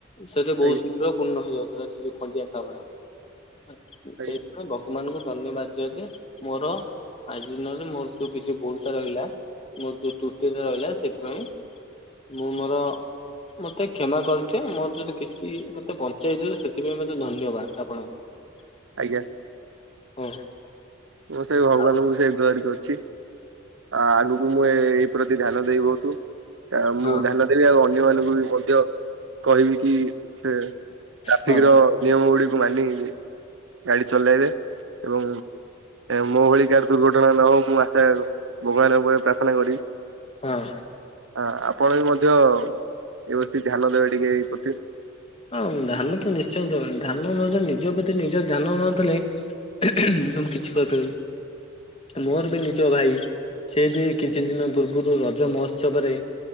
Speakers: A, on the left; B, on the right.
A: ସେତ ବହୁତ
B: ଆଜ୍ଞା
A: ଶୀଘ୍ର ପୂର୍ଣ୍ଣ ହେଇଯାଉଥିଲା ସେ ଯୋଉ ଖଣ୍ଡିଆ ଖାବରା। ସେ
B: ଆଜ୍ଞା
A: ମାନେ ଭଗବାନଙ୍କୁ ଧନ୍ୟବାଦ ଦିଅ ଯେ ମୋର ଆଜି ଦିନରେ ମୋର ଯୋଉ କିଛି ଭୁଲତ ରହିଲା ମୋର ଯୋଉ ତ୍ରୁଟିରେ ରହିଲା, ସେଥିପାଇଁ ମୁଁ ମୋର, ମତେ କ୍ଷମା କରିଦିଅ। ମୋର ଯଦି କିଛି ମତେ ବଞ୍ଚେଇଦେଲେ, ସେଥିପାଇଁ ମତେ ଧନ୍ୟବାଦ ଆପଣଙ୍କୁ।
B: ଆଜ୍ଞା
A: ହଁ।
B: ମୁଁ ସେଇ ଭଗବାନଙ୍କୁ
A: ଆଉ
B: ସେ ଗୁହାରି କରୁଚି। ଆଉ ଆଗକୁ ମୁଁ ଏ ଏଇ ପ୍ରତି ଧ୍ୟାନ ଦେବି ବହୁତ ମୁଁ
A: ହଁ
B: ଧ୍ୟାନ ଦେବି ଆଉ ଅନ୍ୟ ମାନଙ୍କୁ ବି ମଧ୍ୟ କହିବି କି ସେ ଟ୍ରାଫିକ
A: ହଁ
B: ର ନିୟମ ଗୁଡିକୁ ମାନି ଗାଡି ଚଲାଇବେ। ଏବଂ ମୋ ଭଳି କାହାର ଦୁର୍ଘଟଣା ନ ହଉ ମୁଁ ଆଶା ଭଗବାନଙ୍କ ପାଖରେ ପ୍ରାର୍ଥନା କରିବି।
A: ହଁ
B: ହ ଆପଣ ବି ମଧ୍ୟ ଏବେଠୁ ଧ୍ୟାନ ଦେବେ ଟିକେ ଏ ପ୍ରତି।
A: ହଁ ଧାନ ତ ନିଶ୍ଚୟ ଦେବି। ଧାନ ନଦେଲେ ନିଜ ପ୍ରତି ନିଜ ଧ୍ୟାନ ନ ଦେଲେ। ମୁଁ କିଛି କରିପାରିବିନି। ମୋର ବି ନିଜ ଭାଇ ସେ ବି କିଛି ଦିନ ପୂର୍ବରୁ ରଜ ମହୋତ୍ସବରେ